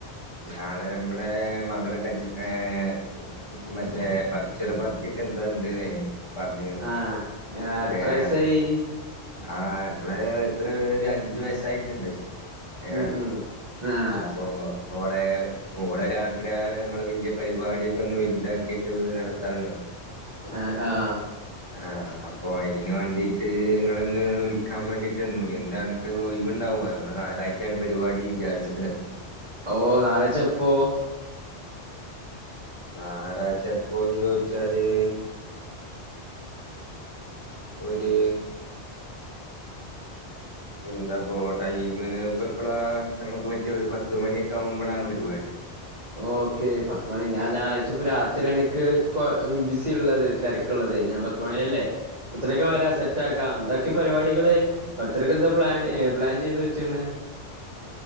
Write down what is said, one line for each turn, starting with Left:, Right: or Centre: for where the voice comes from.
Left: നാളെ നമ്മളെ മകളെ കല്ലി ഏഹ് മറ്റേ ബർത്ത്ഡേ പാർട്ടി ഒക്കെ എന്തോണ്ട്ന്നേ പറഞ്ഞീന്നു
Right: ആഹ് ആഹ് എത്ര
Left: ഏഹ്
Right: വയസായി
Left: ആഹ് നമ്മളെ എത്രേ ഒരഞ്ച് വയസ്സായിട്ട്ണ്ട് ഏഹ്
Right: ഉം ഉം ആഹ്
Left: അപ്പൊ ഓളെ ഓളരാഗ്രഹാണ് നമ്മള് വല്യ പരിപാടിയൊക്കൊന്ന് വല്താക്കിട്ട് നടത്തണന്ന്
Right: ഏഹ് ആഹ്
Left: ആഹ് അപ്പൊ അയിന് വാണ്ടീട്ട് നിങ്ങളോന്ന് വിളിക്കാ വേണ്ടീട്ടന്നു എന്താണ് ഒഴിവ്ണ്ടാവോ നമ്മള് ഞായറാഴ്ച്ചാണ് പരിപാടി വിചാരിച്ച്ക്ക്ണേ
Right: ഓഹ് ഞായറാഴ്ച്ച എപ്പോ
Left: ഞാറായ്ച്ച എപ്പോന്ന് ചോയ്ച്ചാല് ഒര് എന്താപ്പോ ടൈമ് ഇപ്പ എപ്പളാ നമക്ക് പറ്റാ ഒരു പത്തു മണിയൊക്കാവുമ്പളാണ് പരിപാടി
Right: ഓക്കെ പത്ത്മണി ഞാൻ ഞായറാഴ്ച്ചപ്പോ രാത്രിയാണ്ക്ക് കൊ ബിസിള്ളത് തെരക്ക്ള്ളതേ ഞാൻ പത്തു മണിയല്ലേ പത്തണിക്ക് വരാ സെറ്റാക്കാം എന്താക്കി പരിപാടികള് ബർത്ത്ഡേക്ക് എന്താ പ്ലാൻ പ്ലാൻ ചെയ്ത് വെച്ച്ണ്